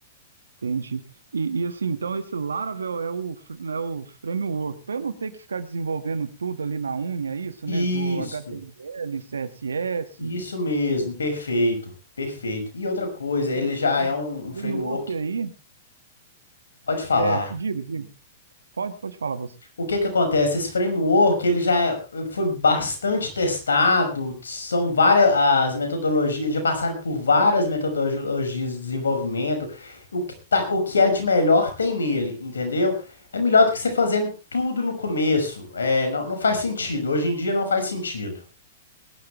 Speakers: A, on the right (about 85°); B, on the left (about 85°).
A: Entendi. E, e, assim, então esse Laravel é o, fr- é o framework. Para eu não ter que ficar desenvolvendo tudo ali na unha, é isso,
B: Isso,
A: né? Do HTML, CSS.
B: isso mesmo, perfeito, perfeito. E outra coisa, ele já
A: Esse
B: é um, um framework,
A: framework aí,
B: pode falar.
A: certo, diga, diga. Pode, pode falar você.
B: O que que acontece? Esse framework, ele já foi bastante testado, são várias as metodologias, já passaram por várias metodologias de desenvolvimento. O que tá, o que é de melhor tem nele, entendeu? É melhor do que você fazendo tudo no começo. É, não, não faz sentido. Hoje em dia não faz sentido.